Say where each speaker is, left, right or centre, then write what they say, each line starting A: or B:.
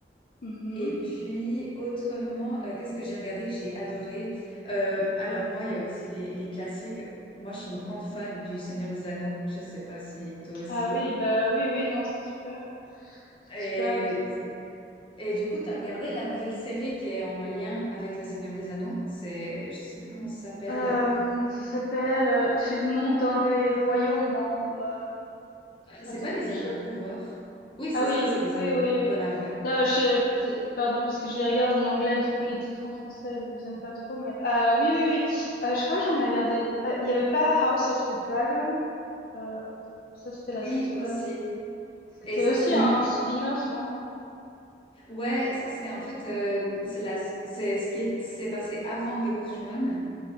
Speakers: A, on the left; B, on the left.
A: Mhm.
B: Et puis, autrement, euh, qu'est-ce que j'ai regardé que j'ai adoré? Euh, alors, moi, il y a aussi les, les classiques. Moi, je suis une grande fan du Seigneur des Anneaux. Je ne sais pas si toi aussi.
A: Ah oui, bah oui, oui, non, c'est super, c'est
B: Et,
A: super.
B: et du coup, tu as regardé la nouvelle série qui est en lien avec le Seigneur des Anneaux. C'est, je sais plus comment ça s'appelle.
A: Hem, ça s'appelle, heu, c'est le nom d'un des royaumes, non, heu,
B: Euh, C'est
A: attends,
B: pas les
A: je
B: Anneaux de pouvoir. Oui, c'est
A: ah oui,
B: ça, c'est les Anneaux
A: oui, oui,
B: de pouvoir.
A: oui.
B: Voilà, ouais.
A: Non, je c'est pardon, parce que je les regarde en anglais, du coup, les titres en français ne me viennent pas trop, mais heu, oui, oui, oui, heu, je crois que j'en ai regardé, heu, il y n'y avait pas House of the Dragon? Heu, attends, ça, c'était
B: Oui,
A: la saison
B: aussi.
A: d'avant. C'était
B: Et ça,
A: aussi
B: c'est- non.
A: un spin-off, non?
B: Ouais, ça c'est en fait euh, c'est la c'est ce qui est- s'est passé avant Game of Thrones